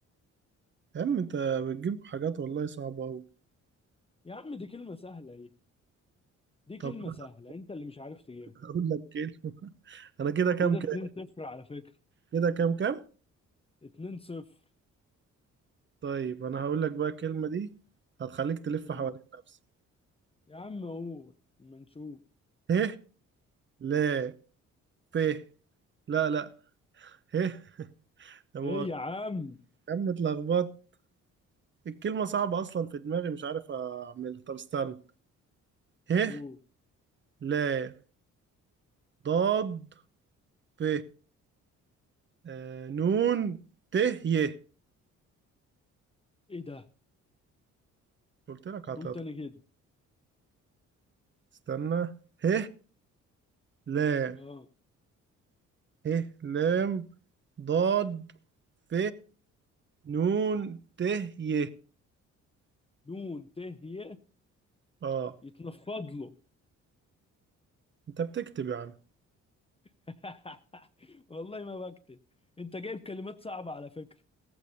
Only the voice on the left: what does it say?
يا عم دي كلمه سهله اهي دي
كلمه
سهله انت اللي مش عارف تجيبها
كده 2-0
على فكرة
2-0
اوه
يا عم قول اما نشوف
ايه يا عم
اوه
ايه ده
قول تاني كده
اه
دون ت ي
يتنفض له
<laughs> والله ما بكتب انت جايب كلمات صعبة على فكرة